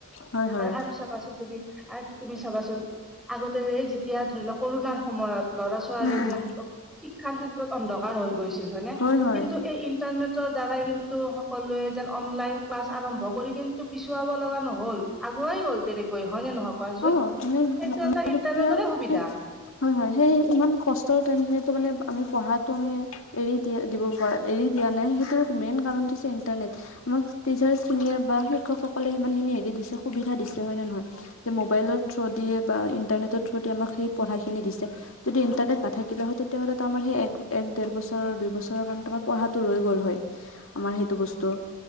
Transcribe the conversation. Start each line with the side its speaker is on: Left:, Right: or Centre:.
Left: হয় হয়
Centre: আ আৰু চাবাচোন তুমি আচ' তুমি চাবাচোন। আগতে, এই যেতিয়া ধৰি লও কৰোণাৰ সময়ত ল'ৰা ছোৱালী
Left: উম উম
Centre: যেন শিক্ষাৰ ক্ষেত্ৰত অন্ধকাৰ হৈ গৈছিল হয়নে?
Left: হয় হয়
Centre: কিন্তু এই ইন্টাৰনেট। তৰ, দ্বাৰাই কিন্তু সকলোৱে যেন অনলাইন ক্লাছ আৰম্ভ কৰি, কিন্তু পিছুৱাব লগা নহ'ল। আগুৱাই গ'ল তেনেকৈ হয়নে নহয় কোৱাচোন?
Left: অ মানে
Centre: সেইটো
Left: আমাৰ
Centre: এটা ইণ্টাৰনেটৰে
Left: তেতিয়া
Centre: সুবিধা।
Left: সেই হয়, হয়। সেই ইমান কষ্টৰ টাইম খিনিতো মানে আমি পঢ়াতটো আমি এৰি দিয়া দিব পৰা, এৰি দিয়া নাই সেইটো মেইন কাৰণটো হৈছে ইণ্টাৰনেট। আমাক টিচাৰছ খিনিয়ে বা শিক্ষকসকলে সিমান খিনি হেৰি দিছে, সুবিধা দিছে হয় নে নহয়? যে মোবাইলৰ থ্ৰ দিয়ে বা ইন্টাৰনেটৰ থ্ৰ দিয়ে আমাক সেই পঢ়াখিনি দিছে। যদি ইন্টাৰনেট নাথাকিলে হয়, তেতিয়াহ'লে তাৰ আমাৰ এক ডেৰ বছৰৰ দুই বছৰৰ মান তোমাৰ পঢ়াটো ৰৈ গল হয়। আমাৰ সেইটো বস্তু